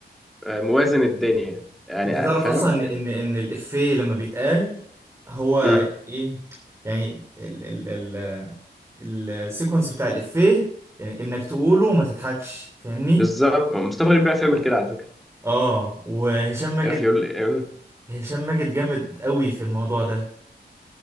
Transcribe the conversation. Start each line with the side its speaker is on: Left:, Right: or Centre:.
Centre: آه، موازن الدنيا يعني
Right: انت تعرف
Centre: آه، فاهم
Right: اصلا ان
Centre: يعني
Right: ان ان الافيه لما بيتقال هو
Centre: امم
Right: ايه يعني ال ال ال السيكونس بتاع الافيه يعني انك تقوله وما تضحكش فاهمني
Centre: بالظبط مصطفى غريب بيعرف يعمل كده على فكره
Right: اه وهشام ماجد
Centre: يا فيول يقول
Right: هشام ماجد جامد قوي في الموضوع ده